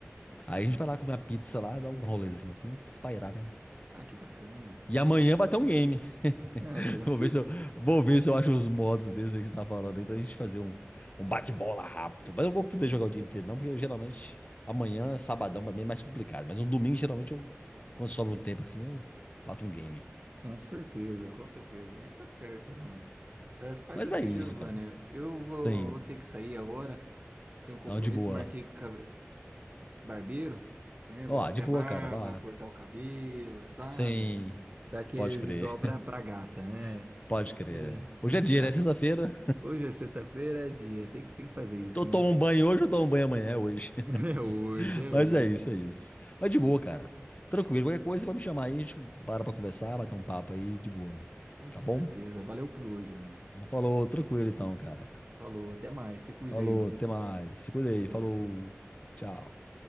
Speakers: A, on the right; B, on the left.
A: Ah, que
B: Aí
A: legal.
B: a gente vai lá comer uma pizza lá, dar um rolezinho assim, espairar, né?
A: Ah, que bacana.
B: E amanhã
A: Que bacana.
B: bater um game.
A: Ah,
B: <laughs>
A: com cer
B: Vou ver se eu, vou ver se eu acho os modos desses aí que você tá falando aí pra gente fazer um, um bate-bola rápido. Mas eu não vou poder jogar o dia inteiro, não, porque eu, geralmente amanhã, sabadão, pra mim é mais complicado. Mas no domingo, geralmente, eu, quando sobra um tempo assim, eu bato um game.
A: com certeza, com certeza. Mas tá certo, mano. É, faz
B: Mas
A: assim,
B: é isso,
A: Giovanni.
B: cara.
A: Eu vou,
B: Tem.
A: vou ter que sair agora. Tenho um compromisso,
B: Não, de boa.
A: marquei com barbeiro, né? Vou
B: Ó,
A: fazer
B: de boa,
A: a barba,
B: cara, vai lá.
A: cortar o cabelo, sabe?
B: Sem.
A: Dar aquele
B: Pode crer,
A: visual pra, pra gata, né?
B: <laughs> pode
A: Tem
B: crer.
A: que,
B: É. Hoje
A: tem
B: é
A: que
B: dia,
A: ficar.
B: né? Sexta-feira.
A: Hoje é sexta-feira, é dia. Tem, que- tem que fazer isso,
B: Tô tomo
A: né?
B: um banho hoje, eu tomo um banho amanhã, é hoje.
A: <laughs>
B: <laughs>
A: É hoje, é
B: Mas
A: hoje.
B: é isso, é isso.
A: Mas
B: Mas de
A: tá
B: boa,
A: certo.
B: cara. Tranquilo, qualquer coisa, você vai me chamar aí, a gente para pra conversar, bater um papo aí, de boa.
A: Com
B: Tá
A: certeza.
B: bom?
A: Valeu por hoje, mano.
B: Então, falou, tranquilo então, cara.
A: Falou, até mais. Se cuida
B: Falou,
A: aí, mano.
B: até mais. Se cuida aí,
A: Tchau.
B: falou. Tchau.